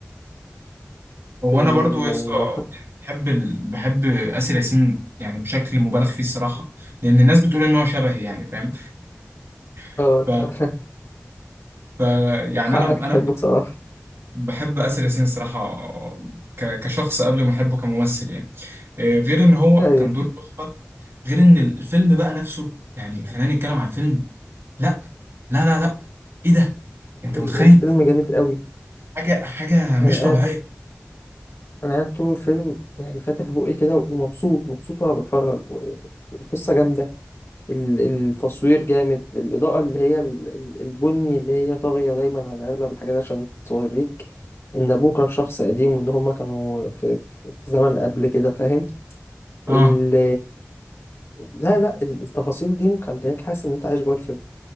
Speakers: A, on the right; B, on the left.
A: هو
B: إيه
A: انا برضو يا
B: يعني
A: اسطى
B: لو حق
A: بحب ال... بحب آسر ياسين يعني بشكل مبالغ فيه الصراحة لان الناس بتقول ان هو شبهي يعني فاهم <laughs>
B: اه
A: ف...
B: <laughs>
A: ف... يعني
B: حقك
A: انا انا
B: تحبه بصراحة
A: بحب آسر ياسين الصراحة ك- كشخص قبل ما أحبه كممثل يعني آه، غير إن هو
B: ايوه
A: كان دور تحفة غير إن الفيلم بقى نفسه يعني خلينا نتكلم عن الفيلم لا لا لا لا إيه ده أنت
B: ال-
A: متخيل
B: الفيلم جامد قوي
A: حاجة حاجة مش
B: انا
A: طبيعية
B: قاعد انا قاعد طول الفيلم يعني فاتح بقي كده ومبسوط مبسوط وانا بتفرج و- القصة جامدة ال- التصوير جامد الإضاءة اللي هي ال- ال- البني اللي هي طاغية دايما على أغلب الحاجات عشان توريك إن أبوه كان شخص قديم وإن هما كانوا في, في, في زمن قبل كده فاهم
A: آه
B: ال لا لا ال- التفاصيل دي مخلياك حاسس ان انت عايش جوه الفيلم